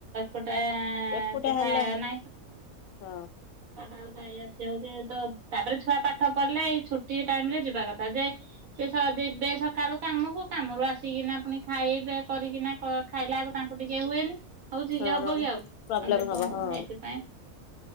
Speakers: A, on the right (about 70°); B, on the left (about 75°).
A: ଗୋଟାଏ
B: ଏକୁଟିଆ
A: ସେଠାଏ
B: ହେଲେ
A: ନାଇଁ, କୁଆଡ଼େ
B: ହଁ
A: ଆଉ ଯାଇ ଆସି ହଉଚି ତ ତାପରେ ଛୁଆ ପାଠ ପଢ଼ିଲେ ଏଇ ଛୁଟି ଟାଇମ ରେ ଯିବା କଥା ଯେ ସେ ଶଳା ଯିବେ ସ କାଳୁ କାମକୁ କାମରୁ ଆସିକିନା ପୁଣି ଖାଇବେ କରିକିନା କ ଖାଇଲା ଆଳୁକୁ ତାଙ୍କୁ ଟିକେ ହୁଏନି। ହଉ ଝିଅ
B: ହଁ
A: ହବ କି ଆଉ
B: ପ୍ରୋବ୍ଲେମ
A: ଅଣ୍ଡିରି
B: ହବ
A: ପୁଅଙ୍କୁ
B: ହଁ
A: ହେଇଥିପାଇଁ